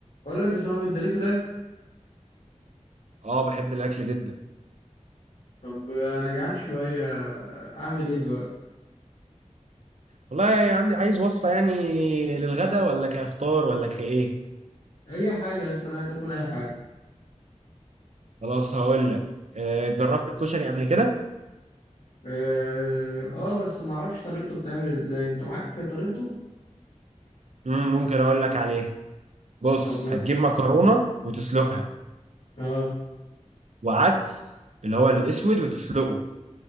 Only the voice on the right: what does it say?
اه بحب الاكل جدا
والله يعني عندي عايز وصفه يعني للغدا ولا كافطار ولا كايه
خلاص هقول لك آه، جربت الكشري قبل كده
مم، ممكن اقول لك عليه بص
هتجيب مكرونه وتسلقها
وعدس اللي هو الاسود وتسلقه